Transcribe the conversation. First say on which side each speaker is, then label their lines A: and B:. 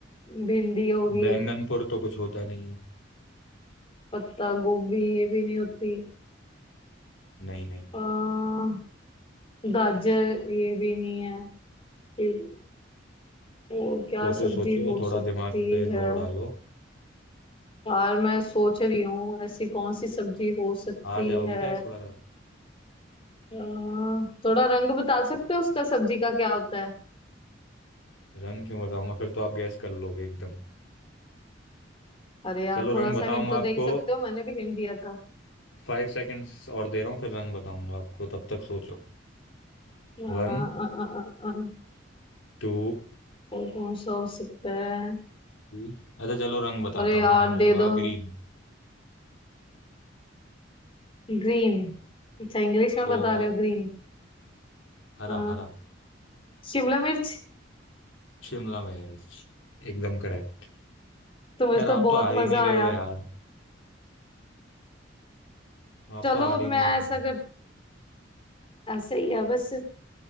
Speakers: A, on the left; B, on the left.
A: भिंडी होगी
B: बैंगनपुर तो कुछ होता नहीं है
A: पत्ता गोभी ये भी नहीं होती
B: नहीं नहीं
A: अ, गाजर ये भी नहीं है ये- और क्या
B: सोचो
A: सब्जी
B: सोचो
A: हो
B: थोड़ा
A: सकती
B: दिमाग पे
A: है
B: जोर डालो
A: यार मैं सोच रही हूँ ऐसी कौन सी सब्जी हो सकती
B: हार जाओगे
A: है
B: क्या इस बार आप
A: अ, थोड़ा रंग बता सकते हो उसका सब्जी का क्या होता है
B: रंग क्यों बताऊंगा फिर तो आप गैस कर लोगे एकदम
A: अरे यार
B: चलो
A: थोड़ा
B: रंग
A: सा
B: बताऊंगा
A: हिंट तो
B: आपको
A: दे ही सकते हो मैंने भी हिंट दिया था
B: फाइव सेकंड्स और दे रहा हूँ फिर रंग बताऊंगा आपको तब तक सोचो
A: अ,
B: One
A: अ, अ, अ, अ,
B: two
A: और कौन सा हो सकता है
B: three अच्छा चलो रंग बताता
A: अरे यार
B: हूँ रंग
A: दे
B: होगा
A: दो
B: ग्रीन
A: ग्रीन अच्छा इंग्लिश में
B: और
A: बता रहे हो ग्रीन
B: हरा
A: आ,
B: हरा
A: शिमला मिर्च
B: शिमला मिर्च एकदम करेक्ट
A: तुम्हें
B: यार
A: तो
B: आप
A: बहुत
B: तो हार ही
A: मजा
B: नहीं रहे
A: आया
B: हो यार आप
A: चलो
B: तो हार
A: मैं
B: ही नहीं रहे हो।
A: ऐसा कर ऐसा ही है बस